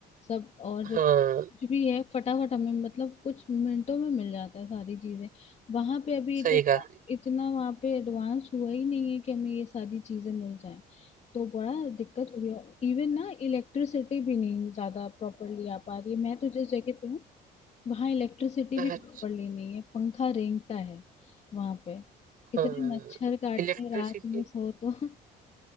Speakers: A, on the left (about 40°); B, on the right (about 55°).
A: सब और
B: हाँ
A: कुछ भी है फटाफट हमें मतलब कुछ मिनटों में मिल जाता है सारी चीजें वहां पे अभी इतना
B: सही कहा
A: इतना वहां पे एडवांस हुआ ही नहीं है कि हमें ये सारी चीजें मिल जाएं तो बड़ा दिक्कत हो रही है इवन ना इलेक्ट्रिसिटी भी नहीं ज्यादा प्रॉपरली आ पा रही है मैं तो जिस जगह पे हूँ वहाँ इलेक्ट्रिसिटी
B: अच्छा
A: भी प्रॉपरली नहीं है पंखा रेंगता है वहाँ पे इतने
B: हाँ
A: मच्छर काटते
B: इलेक्ट्रिसिटी
A: हैं रात में सो तो <laughs>